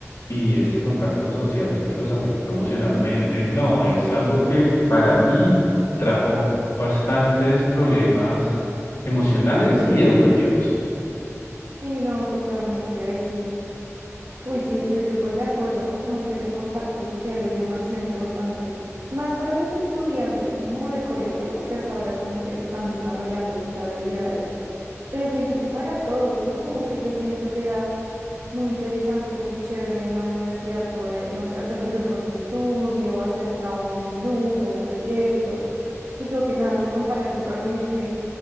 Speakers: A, on the left; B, on the right.
A: y este contacto social pues los afectó emocionalmente. No, es algo que para mí trajo bastantes problemas emocionales y educativos.
B: Sí, no, totalmente, ahí sí. Uy, sí, estoy súper de acuerdo, ¿no? Como que ese contacto social es demasiado importante, más para los estudiantes como de colegio, porque hasta ahora como que están desarrollando sus habilidades, pero siento que para todos, ¿no? Como que yo siento que era muy interesante y muy chévere en la universidad poder, no sé, hacer grupos de estudio, hacer trabajos en grupo, proyectos, y creo que nada se compara con reunirse